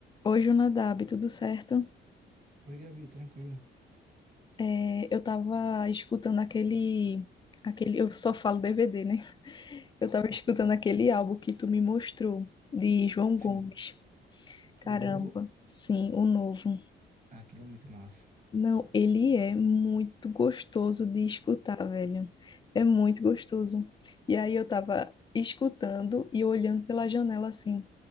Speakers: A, on the left; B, on the right.
A: Oi, Jonadab, tudo certo?
B: Oi, Gabi, tranquilo.
A: É, eu tava escutando aquele, aquele. Eu só falo DVD, né? Eu tava escutando aquele álbum que tu me mostrou, de João
B: Sim,
A: Gomes. Caramba,
B: o novo?
A: sim, o novo.
B: Ah, aquele é muito massa.
A: Não, ele é muito gostoso de escutar, velho. É muito gostoso. E aí eu tava escutando e olhando pela janela assim.